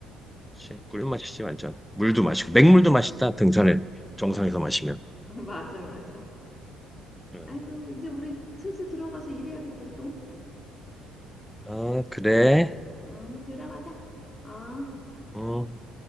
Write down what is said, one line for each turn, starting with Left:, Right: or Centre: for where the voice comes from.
Centre: 그치. 꿀 맛이지, 완전. 물도
Left: 아.
Centre: 마시고. 맹물도 맛있다, 등산에. 정상에서 마시면.
Left: <laughs> 맞아, 맞아.
Centre: 응,
Left: 아이고,
Centre: 응.
Left: 이제 우리 슬슬 들어가서 일해야겠다, 또.
Centre: 아, 그래.
Left: 응, 들어가자. 어.
Centre: 응.